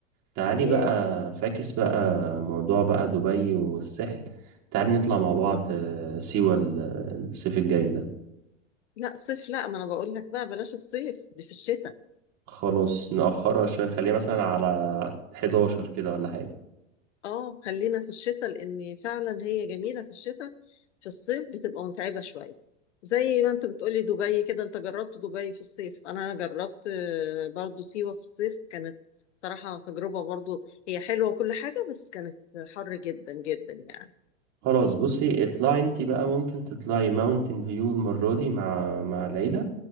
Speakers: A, on the right; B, on the left.
A: تعالي
B: ياه.
A: بقى فاكس بقى موضوع بقى دبي والساحل تعالي نطلع مع
B: <laughs>
A: بعض آه، سيوة ال- الصيف الجاي ده
B: لا صيف لا ما انا بقول لك بقى بلاش الصيف دي في الشتاء
A: خلاص نأخرها شوية نخليها مثلا على 11 كده ولا حاجة
B: اه خلينا في الشتاء لان فعلا هي جميله في الشتاء في الصيف بتبقى متعبه شويه زي ما انت بتقولي دبي كده انت جربت دبي في الصيف انا جربت آه، برضو سيوه في الصيف كانت صراحه تجربه برضو هي حلوه وكل حاجه بس كانت حر جدا جدا يعني
A: خلاص بصي اطلعي انتي بقى ممكن تطلعي ماونتن فيو المرة دي مع مع العيلة